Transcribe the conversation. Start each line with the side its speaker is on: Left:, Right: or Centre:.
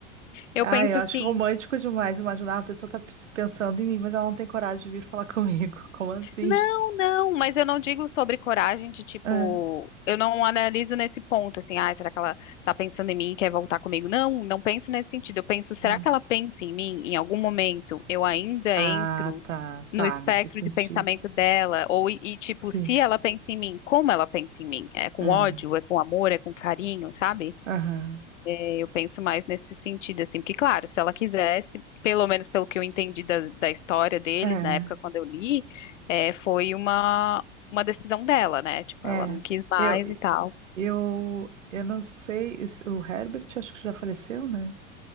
Left: Eu
Right: Ah,
Left: penso
Right: eu acho
Left: assim.
Right: romântico demais imaginar a pessoa tá pens- pensando em mim, mas ela não tem coragem de vir falar comigo. <laughs> Como assim?
Left: Não, não, mas eu não digo sobre coragem de tipo,
Right: Ah,
Left: eu não analiso nesse ponto assim, ah, será que ela tá pensando em mim e quer voltar comigo? Não, não penso nesse sentido. Eu penso, será
Right: ah.
Left: que ela pensa em mim? Em algum momento eu ainda
Right: Ah,
Left: entro
Right: tá, tá,
Left: no espectro
Right: nesse sentido.
Left: de pensamento dela ou e,
Right: S-
Left: e, tipo,
Right: Sim,
Left: se ela pensa em mim, como ela pensa em mim? É com
Right: é.
Left: ódio, é com amor, é com carinho, sabe?
Right: Aham.
Left: Eu penso mais nesse sentido, assim, porque, claro, se ela quisesse, pelo menos pelo que eu entendi da, da história deles,
Right: É,
Left: na época quando eu li, é, foi uma, uma decisão dela, né? Tipo,
Right: é.
Left: ela não quis mais
Right: Eu,
Left: e tal.
Right: eu, eu não sei, o Herbert acho que já faleceu, né?